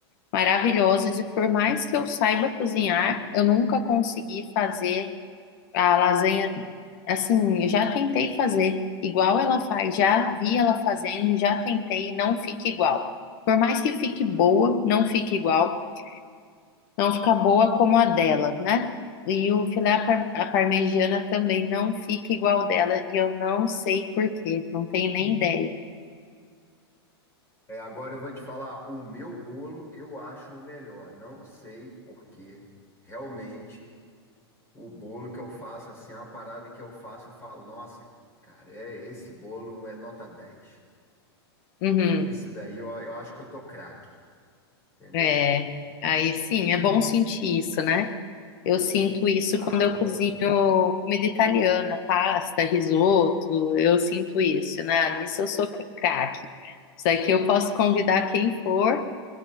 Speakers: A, on the left; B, on the left.
A: maravilhoso, e por mais que eu saiba cozinhar, eu nunca consegui fazer a lasanha assim, eu já tentei fazer igual ela faz, já vi ela fazendo e já tentei e não fica igual. Por mais que fique boa, não fica igual não fica boa como a dela, né? E o filé à par- à parmegiana também não fica igual dela, e eu não sei por quê, não tenho nem ideia.
B: É, agora eu vou te falar, o meu bolo eu acho o melhor. Não sei porque realmente o bolo que eu faço assim, é uma parada que eu faço, eu falo, nossa, cara, é esse bolo é nota dez
A: Uhum,
B: Esse daí eu, eu acho que eu tô craque, entendeu?
A: é, aí sim, é bom sentir isso, né? Eu sinto isso
B: Ah,
A: quando eu
B: é bom.
A: cozinho comida italiana, pasta, risoto, eu sinto isso, né? Ah, Nisso eu sou craque. Isso aqui eu posso convidar quem for,